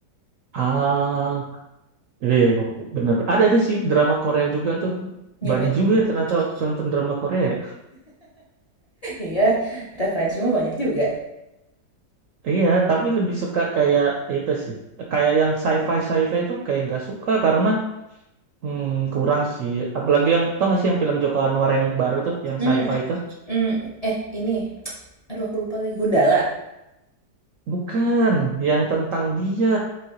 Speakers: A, on the right (about 70°); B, on the left (about 35°).
A: Ah, iya, iya, bener. Ada ada sih drama Korea juga tuh.
B: Yang
A: Banyak
B: mirip
A: juga
B: kayak gitu.
A: ya ternyata
B: <laughs>
A: waktu nonton drama Korea. ya.
B: Iya, referensimu banyak juga.
A: Iya, tapi lebih suka kayak itu sih. Kayak yang sci-fi sci-fi itu kayak nggak suka karena hmm, kurang sih. Apalagi yang tau nggak sih yang film Joko Anwar yang baru tuh, yang
B: Hmm,
A: sci-fi itu?
B: hmm, eh ini, <tsk> aduh aku lupa lagi, Gundala.
A: Bukan, yang tentang dia.